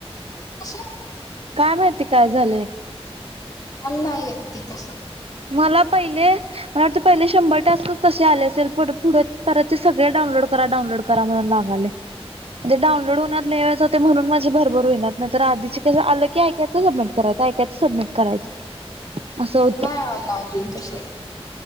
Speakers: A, on the left (about 35°); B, on the right (about 65°).
A: असं कसं
B: का माहती काय झालंय?
A: मला नाही येते तसं.
B: मला पहिले मला वाटत पहिले शंभर टास्कच तसे आले असेल पुढे परत सगळे डाउनलोड करा डाऊनलोड करा म्हणून लागालय. म्हणे डाऊनलोड होणार लियच हो म्हून माझे भरभर होनणार नाही तर आधीचे कसं आलं क ऐयचं सबमिट करायच. ऐकायचं सबमिट करायचं. असं होतं
A: मला नाही आला अजून तसं.